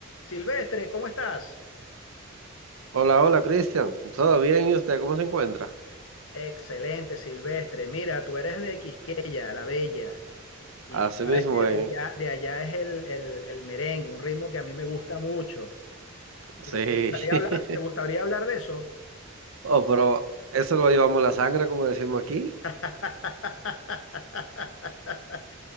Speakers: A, on the left; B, on the right.
A: Silvestre, ¿cómo estás?
B: Hola, hola, Cristian. ¿Todo bien? ¿Y usted cómo se encuentra?
A: Excelente, Silvestre. Mira, tú eres de Quisqueya, la Bella, y
B: Así
A: tú sabes
B: mismo,
A: que de
B: eh.
A: allá, de allá es el, el- el merengue, un ritmo que a mí me gusta mucho. ¿Y
B: Sí.
A: ¿Te gustaría
B: <laughs>
A: hablar, te gustaría hablar de eso?
B: Oh, pero eso lo llevamos en la sangre, como decimos aquí.
A: <laughs>